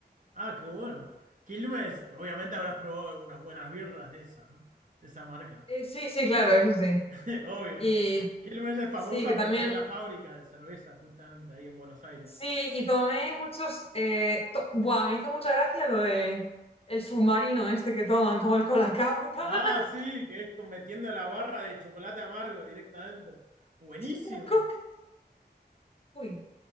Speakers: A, on the right; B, on the left.
A: Ah, qué bueno. Quilmes, obviamente habrás probado unas buenas birras de esas, ¿no? De esa marca.
B: Eh, sí, sí, claro, eso sí.
A: <laughs> Obvio,
B: Y
A: ¿no? Quilmes es famosa
B: sí, que también,
A: por tener la fábrica de cerveza justamente ahí en Buenos Aires.
B: sí, y tomé muchos, eh, to- buah, me hizo mucha gracia lo de el submarino este que toman, como el colacao que toman
A: Ah,
B: ahí.
A: sí, que es con- metiendo la barra de chocolate amargo directamente. Buenísimo.
B: <laughs> en la coca. Uy,